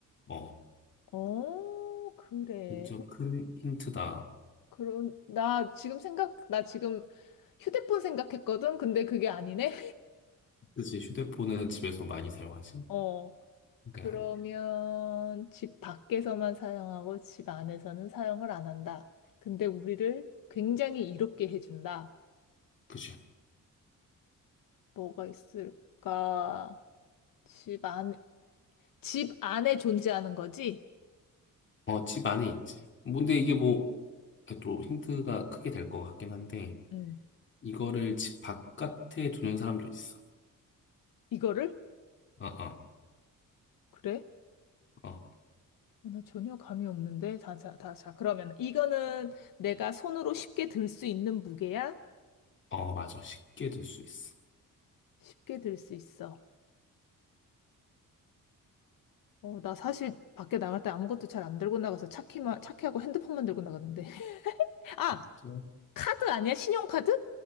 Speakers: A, on the left; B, on the left.
A: 어,
B: 어, 그래.
A: 진짜 큰 힌트다.
B: 그런, 나 지금 생각, 나 지금 휴대폰 생각했거든? 근데 그게 아니네?
A: 그치, 휴대폰은 집에서 많이 사용하지?
B: <laughs> 어.
A: 그게
B: 그러면
A: 아니야.
B: 집 밖에서만 사용하고 집 안에서는 사용을 안 한다. 근데 우리를 굉장히 이롭게 해준다.
A: 그치.
B: 뭐가 있을까? 집 안, 집 안에 존재하는 거지?
A: 어, 집 안에 있지. 뭔데 이게 뭐, 또 힌트가 크게 될 것 같긴 한데,
B: 음.
A: 이거를 집 바깥에 두는 사람도 있어.
B: 이거를?
A: 어, 어,
B: 그래?
A: 어.
B: 어, 나 전혀 감이 없는데. 자, 자, 자, 자. 그러면 이거는 내가 손으로 쉽게 들 수 있는 무게야?
A: 어, 맞아. 쉽게 들 수 있어.
B: 쉽게 들 수 있어. 어, 나 사실 밖에 나갈 때 아무것도 잘 안 들고 나가서 차키만, 차키하고 핸드폰만 들고 나갔는데. <laughs> 아!
A: 그치?
B: 카드 아니야? 신용카드?